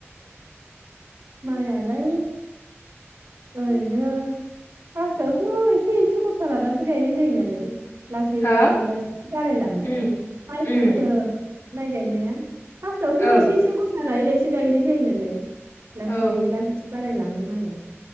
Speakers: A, on the right; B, on the left.
A: माइआलाय, ओरैनो, फास्टआवथ' एसे एसे ग <unintelligible> लादासो गायनाय जायो नालाय लासै
B: हा
A: लासै लासैसो बारायलाङो।
B: उम
A: माइखौ
B: उम
A: होनदों माय गायनाया फार्स्टआवथ
B: ओं
A: एसे एसे गसा लायै लायै गायनाय जायो नालाय लासै
B: औ
A: लासै बा बारायलाङो माइया